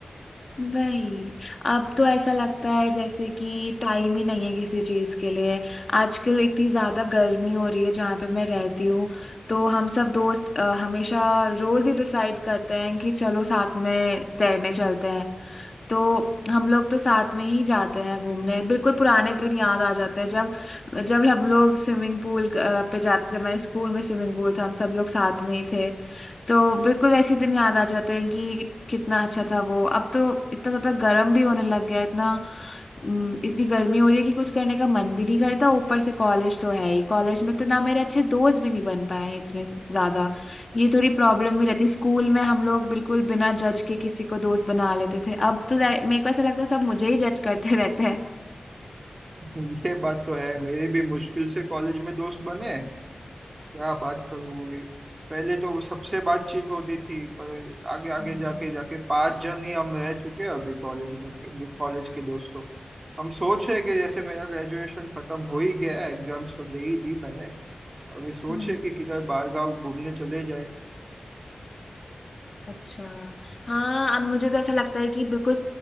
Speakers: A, on the left; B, on the right.
A: वही अब तो ऐसा लगता है जैसे कि टाइम ही नहीं है किसी चीज के लिए आजकल इतनी ज्यादा गर्मी हो रही है जहाँ पे मैं रहती हूँ तो हम सब दोस्त अ, हमेशा रोज ही डिसाइड करते हैं कि चलो साथ में तैरने चलते हैं तो हम लोग तो साथ में ही जाते हैं घूमने बिल्कुल पुराने दिन याद आ जाते हैं जब जब हम लोग स्विमिंग पूल पे जाते थे हमारे स्कूल में स्विमिंग पूल था हम सब लोग साथ में ही थे तो बिल्कुल वैसे ही दिन याद आ जाते हैं कि कितना अच्छा था वो अब तो इतना ज्यादा गर्म भी होने लग गया है, इतना हम्म, इतनी गर्मी हो रही है कि कुछ करने का मन भी नहीं करता ऊपर से कॉलेज तो है ही कॉलेज में तो ना मेरे अच्छे दोस्त भी नहीं बन पाए हैं इतने ज्यादा ये थोड़ी प्रॉब्लम भी रहती स्कूल में हम लोग बिल्कुल बिना जज के किसी को दोस्त बना लेते थे अब तो जाय- मेरे को ऐसा लगता है सब मुझे ही जज करते <laughs> रहते हैं
B: <laughs> ये बात तो है मेरे भी मुश्किल से कॉलेज में दोस्त बने क्या बात करूँ पहले तो सबसे बातचीत होती थी पर आगे आगे
A: हम्म
B: जाके जाके पांच जन ही हम रह चुके हैं अभी कॉलेज में कॉलेज के दोस्तों हम सोच रहे हैं कि जैसे मेरा ग्रेजुएशन खत्म हो ही गया है एग्जाम्स तो दे ही दी मैंने अभी सोचे
A: हम्म।
B: कि किधर बाहर गाँव घूमने चले जाए
A: अच्छा हाँ अब मुझे तो ऐसा लगता है कि बिल्कुल